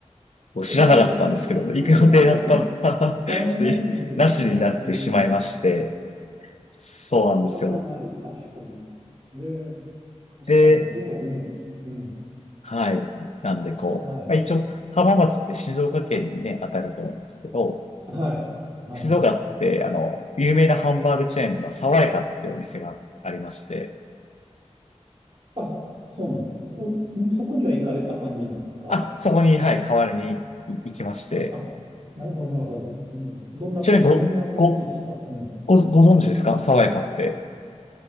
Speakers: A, on the left; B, on the right.
A: もう知らなかったんですけど、
B: ええ <laughs> それは残、
A: 行く予定だったのが
B: 残念ですね。
A: <laughs> ちょっといなしになってしまいまして、
B: うん。
A: そうなんですよ。
B: それはかなり確かに。ええ確かに。
A: で、
B: でも、うん、うん。
A: はい。なんで、こう、
B: はい、
A: まあ、一応、浜松って静岡県にね、当たると思うんですけど、
B: はい、はい。
A: 静岡って、あの、有名なハンバーグチェーンの爽やかってお店がありまして、
B: あ、そうなんですね。お、んそこには行かれた感じなんですか
A: あ、そこに、はい、代わりにい行きまして、
B: あ、なるほど、なるほど。うん。どんなか、
A: ちなみにご、
B: どんな感じでしたうん。
A: ご、ご、ご存知ですか爽やかって。